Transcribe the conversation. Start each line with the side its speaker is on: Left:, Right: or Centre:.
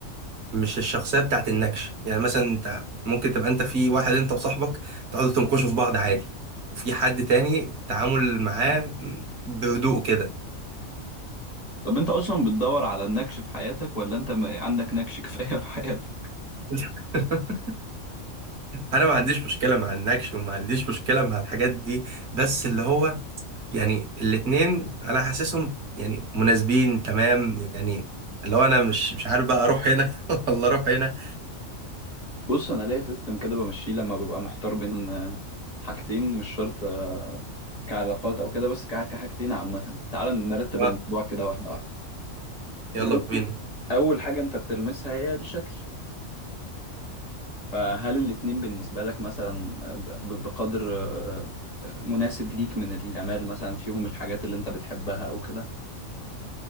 Right: مش الشخصيه بتاعت النكش يعني مثلا انت ممكن تبقى انت في واحد انت وصاحبك تقعدوا تنكشوا في بعض عادي وفي حد تاني التعامل معاه بهدوء كده
Left: طب أنت أصلا بتدور على النكش في حياتك ولا أنت ما <laughs> عندك نكش كفاية في حياتك؟
Right: <laughs> انا ما عنديش مشكله مع النكش وما عنديش مشكله مع الحاجات دي بس اللي هو يعني الاتنين انا حاسسهم يعني مناسبين تمام يعني اللي هو انا مش مش عارف بقى اروح هنا <laughs> ولا اروح هنا
Left: بص انا ليا سيستم كده بمشيه لما ببقى محتار بين آه، حاجتين مش شرط آه، كعلاقات او كده بس كع- كحاجتين عامه تعال نرتب
Right: اه
Left: الموضوع كده واحده واحده
Right: يلا
Left: دلوقتي
Right: بينا
Left: اول حاجه انت بتلمسها هي الشكل فهل الاتنين بالنسبة لك مثلا ب- بقدر آه، مناسب ليك من الجمال مثلا فيهم الحاجات اللي انت بتحبها او كده